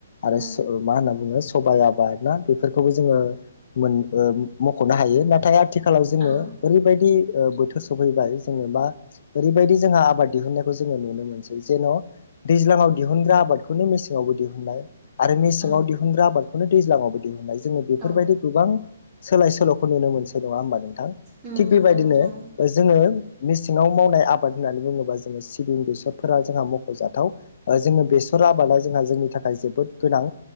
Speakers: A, on the left (about 55°); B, on the right (about 20°).
A: आरो
B: उम
A: सो मा होनना बुङो सबायाइ आबाद ना बेफोरखौबो जोङो मो ओमख'नो हायो नाथाय आथिखाल जोंङो
B: औ
A: ओरैबायदि ओ बोथोर सफैबाय जोङो दा दा ओरैबायदि जोंहा आबाद दिहुननायखौ जोङो नुनो मोनसै जेन' दैज्लाङाव दिहुनग्रा आबादखौनो बे मेसेङावबो दिहुननाय आरो मेसेङाव
B: औ
A: दिहुनग्रा आबादखौनो दैज्लाङावबो दिहुननाय जोंङो बेफोरबायदि
B: औ
A: गोबां सोलाय सोल'खौनो नुनो मोनसै नङा होमबा नोंथां?
B: उम
A: थिग
B: नंगौ
A: बेबायदिनो
B: नोंथां नंगौ
A: ओ जोङो ओ मेसेङाव मावनाय आबाद होन्नानै बुङोबा जोङो सिबिं बेसरफोरा जोंहा मख'जाथाव। ओ जोङो बेसर आबादा जोंहा जोंनि थाखाय जोबोद गोनां